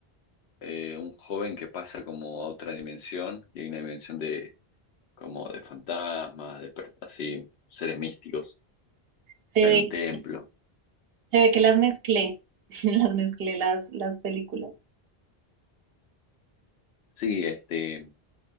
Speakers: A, on the left; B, on the right.
A: eh, un joven que pasa como a otra dimensión, y hay una dimensión de como de fantasmas, de per- así, seres místicos.
B: Se
A: Está
B: ve,
A: en un templo.
B: se ve que las mezclé, <laughs> las mezclé las, las películas.
A: Sí, este,